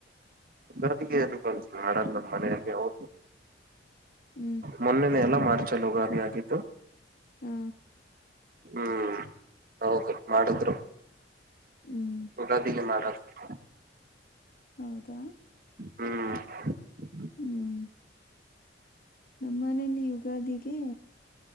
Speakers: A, on the right; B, on the left.
A: ಗದಗೆಏನು ಕಲ್ಸ ಮಡ ನಮ್ಮ ಮನೆಯಲ್ಲಿ ಹೌದು
B: ಹ್ಮ್,
A: ಮೊನ್ನನೆಯಲ್ಲ ಮಾರ್ಚಲು ಉಗಾದಿಯಾಗಿಿದ್ದತ್ತು
B: ಹಾ,
A: ಹ್ಮ್ ಹೌದು ಮಾಡಿದ್ರು
B: ಹ್ಮ್,
A: ಯುಗಾದಿಗೆ ಮಾಡದ ಹ
B: ಹೌದಾ
A: ಹ್ಮ
B: ಹ್ಮ್ ನಮ್ಮ ಮನೇಲಿ ಯುಗಾದಿಗೆ